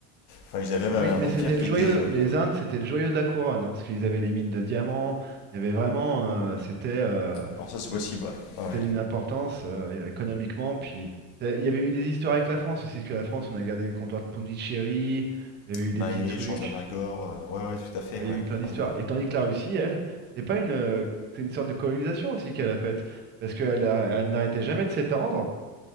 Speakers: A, on the left; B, on the right.
A: enfin, ils avaient même
B: Oui,
A: un
B: mais
A: empire
B: c'était
A: qui
B: le joyau,
A: était. euh,
B: les Indes, c'était le joyau de la couronne, hein, parce qu'ils avaient les mines de diamants, il y avait vraiment, euh, c'était euh,
A: Alors ça, c'est
B: c'est-
A: possible, ouais.
B: c'était
A: Ouais.
B: d'une importance euh, économiquement, puis euh, il y avait eu des histoires avec la France aussi, parce que la France, on a gardé le comptoir de Pondichéry, il y avait eu des
A: Maé,
B: petits trucs,
A: Chandanagore, euh, ouais, ouais, tout à fait,
B: il y
A: ouais.
B: a eu plein d'histoires.
A: ouais.
B: Et tandis que la Russie, elle, c'est pas une, euh, c'est une sorte de colonisation aussi qu'elle a faite, parce qu'elle a- elle n'arrêtait jamais de s'étendre,